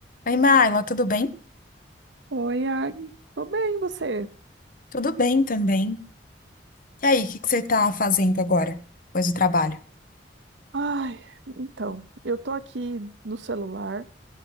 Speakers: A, on the left; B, on the right.
A: Oi, Maila, tudo bem?
B: Oi, Agnes. Tô bem, e você?
A: Tudo bem também. E aí, o que que você tá fazendo agora, depois do trabalho?
B: Ai, então, eu tô aqui no celular.